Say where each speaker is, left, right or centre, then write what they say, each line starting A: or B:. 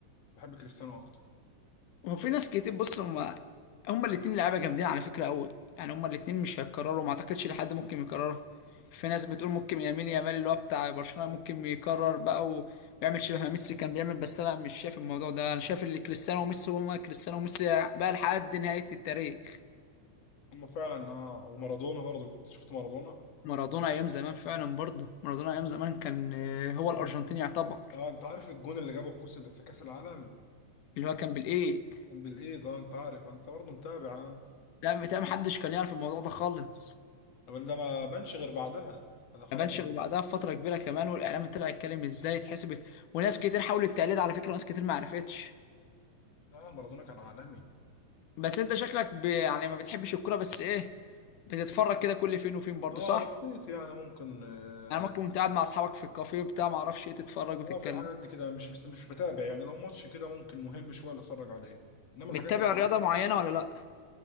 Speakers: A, on the left (about 55°); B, on the left (about 80°).
A: بحب كريستيانو اكتر
B: وفي ناس كتير بص هم هم الاتنين لعيبه جامدين على فكره قوي يعني هم الاتنين مش هيتكرروا ما اعتقدش لحد ممكن يكرروا في ناس بتقول ممكن يمين يامال اللي هو بتاع برشلونه ممكن يكرر بقى ويعمل شبه ما ميسي كان بيعمل بس انا مش شايف الموضوع ده انا شايف ان كريستيانو وميسي هما كريستيانو وميسي بقى لحد نهايه التاريخ
A: هم فعلا اه ومارادونا برضه كنت شفت مارادونا
B: مارادونا ايام زمان فعلا برضه مارادونا ايام زمان كان آه، هو الارجنتيني يعتبر
A: اه انت عارف الجون اللي جابه الكوس اللي في كاس العالم
B: اللي هو كان بالايد
A: كان بالايد اه انت عارف انت برضه متابع اه
B: لا متهيألي محدش كان يعرف الموضوع ده خالص
A: الراجل ده ما بانش غير بعدها انا خلاص
B: ما بانش
A: بقى.
B: غير بعدها بفتره كبيره كمان والاعلام طلع يتكلم ازاي اتحسبت وناس كتير حاولت التقليد على فكره وناس كتير ما عرفتش
A: لا مارادونا كان عالمي
B: بس انت شكلك ب... يعني ما بتحبش الكوره بس ايه بتتفرج كده كل فين وفين برضه
A: اه
B: صح
A: بسيط يعني ممكن اه
B: يعني ممكن وانت قاعد مع اصحابك في الكافيه بتاع ما اعرفش ايه تتفرج وتتكلم
A: آه، في الحاجات دي كده مش بس مش متابع يعني لو ماتش كده ممكن مهم شويه اللي اتفرج عليه انما
B: متابع
A: الحاجات العاديه
B: رياضه معينه ولا لا